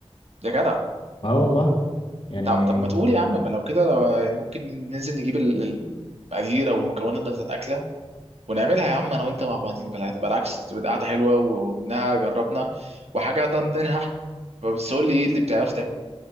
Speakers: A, on the right (about 80°); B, on the left (about 55°).
A: يا جدع
B: اه والله يعني
A: طب طب ما تقول يا عم ما لو كده لو يعني ممكن ننزل نجيب ال- ال- المقادير او المكونات بتاعت الاكله ونعملها يا عم انا وانت مع بعضين بلا هتبقى العكس تبقى قاعده حلوه و- ومنها جربنا وحاجه ضمنها احنا بس قول لي ايه اللي بتعرف تعمله